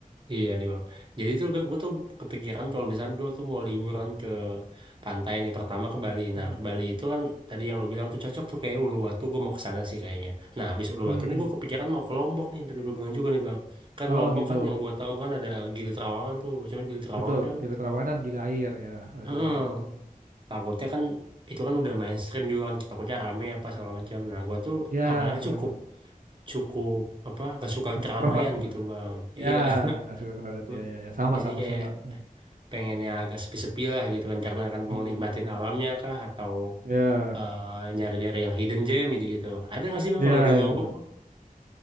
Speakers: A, on the right (about 35°); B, on the right (about 70°).
A: iya nih Bang. Jadi tuh gue tuh kepikiran kalau misalnya gue tuh mau liburan ke pantai nih pertama ke Bali.
B: Hmm.
A: Nah, ke Bali itu kan tadi yang lo bilang tuh cocok tuh kayak Uluwatu gue mau ke sana sih kayaknya. Nah, habis Uluwatu
B: Hmm.
A: nih gue kepikiran mau ke Lombok nih tadi lo bilang juga nih Bang. Kan
B: Oh
A: Lombok
B: gitu,
A: kan yang gue tahu kan ada Gili Trawangan tuh. Cuman Gili Trawangan
B: betul.
A: kan
B: Gila Trawangan, gila air ya, ada
A: heeh,
B: dua. Mm.
A: takutnya kan itu kan udah mainstream juga kan takutnya rame apa segala macam. Nah, gue tuh
B: Ya
A: orangnya cukup
B: memang
A: cukup apa gak suka
B: introvert.
A: keramaian gitu bang iya
B: Ya
A: <laughs>
B: nggak suka crowded
A: Gua-
B: ya ya ya sama
A: jadi
B: sama
A: kayak
B: sama. Hmm.
A: pengen yang agak sepi-sepi lah gitu kan karena kan
B: Hmm.
A: mau nikmatin alamnya kah atau
B: Ya
A: eh, nyari-nyari yang hidden gem gitu gitu ada nggak sih bang
B: ya
A: kalau di Lombok
B: ya betul.